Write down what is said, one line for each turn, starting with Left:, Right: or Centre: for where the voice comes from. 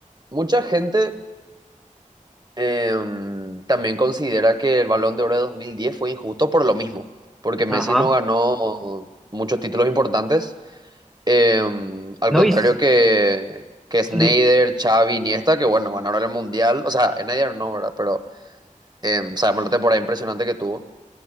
Right: mucha gente em, también considera que el Balón de Oro de 2010 fue injusto por lo mismo, porque Messi
Centre: Ajá.
Right: no ganó muchos títulos importantes. em, al
Centre: No,
Right: contrario
Centre: y s-
Right: que, que Snyder,
Centre: sí,
Right: Xavi, Iniesta, que bueno, ganaron el Mundial. O sea, Snyder no, ¿verdad? Pero Em, sabemos la temporada impresionante que tuvo.